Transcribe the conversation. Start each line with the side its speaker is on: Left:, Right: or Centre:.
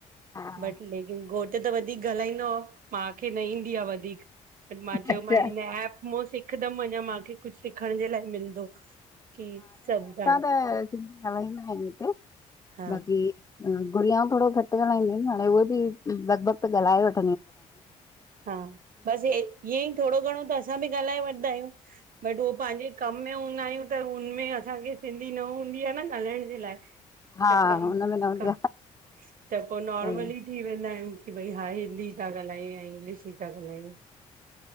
Left: हा
Right: बट लेकिन घोटु त वधीक ॻाल्हाईंदो आ मांखे न ईंदी आ वधीक बट मां चयो
Left: अच्छा
Right: मा हिन एप मुं सिखदम अंञां माखे कुछ सिखण जे लाए मिलदो की सभु गाल्
Left: अ सिंधी ॻाल्हाइंदा आयूं हिते,
Right: हा
Left: बाक़ी गुड़ियाऊं थोड़ो घट ॻाल्हाईंदियूं आहिन हाणे उहे बि लॻभॻि त ॻाल्हाए वठ
Right: हा बस ए ईअं ई थोरो घणो त असां बि ॻाल्हाए वठदा आयूं। बट उह पांजे कम में हूंदा आयूं त हुनमें असांखे सिंधी न हूंदी आ न ॻाल्हाइण जे लाए।
Left: हा
Right: त कम
Left: हुनमें न हूंदी
Right: क त पो
Left: आहे
Right: नॉर्मली थी वेंदा आयूं की भई हा हिंदी ता ॻाल्हायूं या इंग्लिश ई था ॻाल्हायूं।